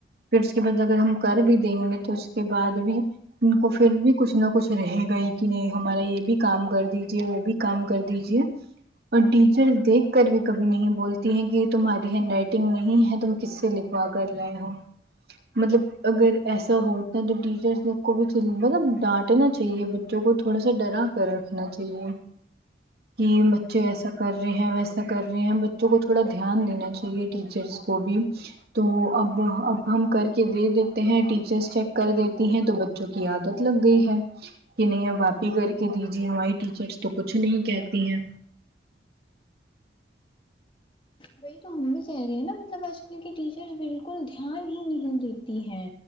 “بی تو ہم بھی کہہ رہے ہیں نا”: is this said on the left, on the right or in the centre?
Left